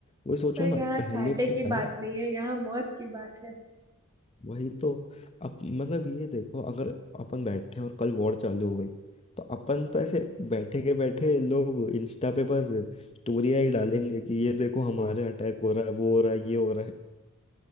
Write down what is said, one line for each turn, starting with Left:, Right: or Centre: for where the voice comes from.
Left: वही सोचो
Right: पर
Left: ना
Right: यहाँ
Left: पहले
Right: चाटे
Left: के
Right: की
Left: टाइम
Right: बात नहीं है यहाँ मौत की बात है
Left: वही तो अब मतलब ये देखो अगर अपन बैठे हैं और कल वॉर चालू हो गई तो अपन तो ऐसे बैठे के बैठे लोग इंस्टा पे बस स्टोरियाँ ही डालेंगे कि ये देखो हमारे अटैक हो रहा है वो हो रहा है ये हो रहा है